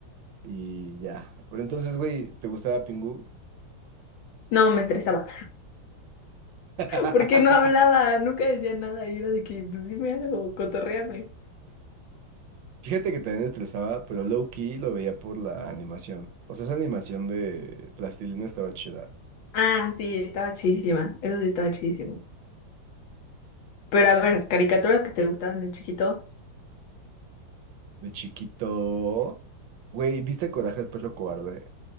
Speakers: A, on the right; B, on the left.
A: y ya. Pero entonces, güey, ¿te gustaba Pingu?
B: No, me estresaba.
A: <laughs>
B: <laughs> Porque no hablaba, nunca decía nada. Y era de que, pues dime algo, cotorréame.
A: Fíjate que también estresaba, pero low key lo veía por la animación. O sea, esa animación de plastilina estaba chida.
B: Ah, sí, estaba chidísima. Eso sí estaba chidísimo. Pero a ver, caricaturas que te gustaban de chiquito.
A: De chiquito. Güey, ¿viste Coraje el perro cobarde?